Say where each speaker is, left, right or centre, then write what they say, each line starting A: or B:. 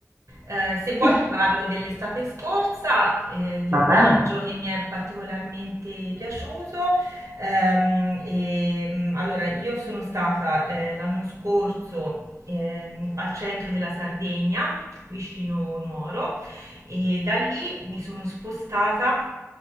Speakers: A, on the right (about 70°); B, on the right (about 40°).
A: Eh, se vuoi
B: Sì,
A: ti parlo dell'estate scorsa, eh, di
B: va
A: un viaggio
B: bene.
A: che mi è particolarmente piaciuto. Ehm, e, mm, allora, io sono stata eh, l'anno scorso ehm, al centro della Sardegna, vicino Nuoro. E da lì mi sono spostata